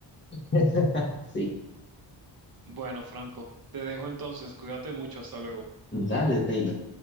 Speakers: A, on the left (about 25°); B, on the right (about 50°).
A: <laughs> Sí,
B: Bueno, Franco, te dejo entonces, cuídate mucho, hasta luego.
A: dale, Taylor.